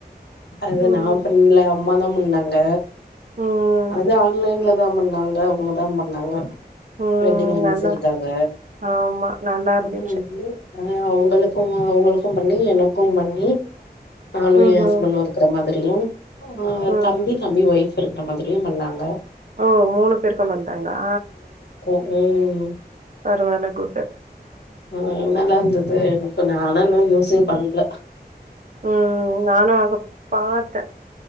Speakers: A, on the left; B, on the right.
A: அது
B: ம்
A: நான் பண்ணல அம்ம தான் பாங்க
B: ம்
A: அது ஆன்லைன்ல தான் பண்ணாங்க அவங்க தான் பண்ணாங்க
B: ம்
A: வெட்டிங் அனுச்சரிக்காக
B: நல்லா ஆமா நல்லா இருந்துச்சு
A: ஆ ஏ அவுங்களுக்கு அவுங்களுக்கும் பண்ணி எனக்கும் பண்ணி நானு
B: ம்ஹும்
A: ஏ ஹஸ்பண்டு இருக்குற மாரி சரிங் ஆ
B: ம்
A: தம்பி தம்பி ஒய்ஃப் இருக்குற மாதிரியு பண்ணாங்க
B: ஓ மூணு பேருக்கும் பண்தாங்களா
A: ம் ம்
B: பரவால குட்டு
A: ம் நல்லா இருந்துது இப்ப நாலானு யூஸே பண்ணல
B: ம் நானு ஆகப் பாத்தே